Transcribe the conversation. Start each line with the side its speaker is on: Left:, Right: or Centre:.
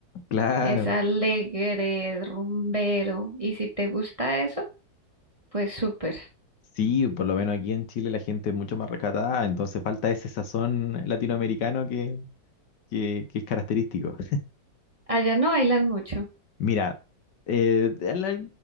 Left: Claro.
Right: es alegre, es rumbero. Y si te gusta eso, pues súper.
Left: Sí, por lo menos aquí en Chile la gente es mucho más rescatada, entonces falta ese sazón latinoamericano que, que, que es característico.
Right: Allá no bailan mucho,
Left: Mira, eh, en la-